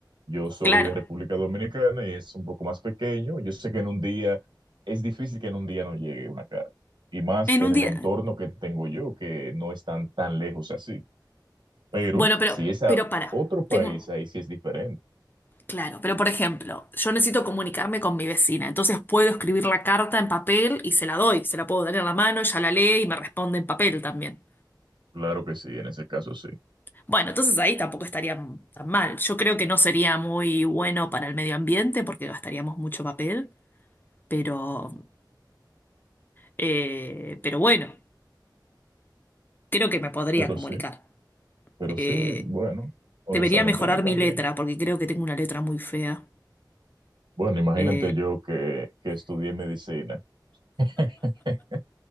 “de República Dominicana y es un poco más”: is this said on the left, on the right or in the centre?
Right